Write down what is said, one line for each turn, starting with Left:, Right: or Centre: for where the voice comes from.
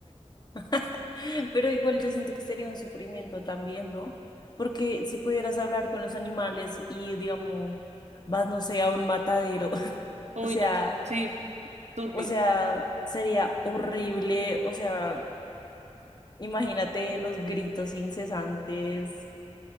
Left: <laughs> pero igual yo siento que sería un sufrimiento también, ¿no? Porque si pudieras hablar con los animales y, digamos, vas, no sé, a un matadero, <laughs>
Right: Uy,
Left: o sea,
Right: no, sí, turbio.
Left: o sea, sería horrible, o sea, imagínate los gritos incesantes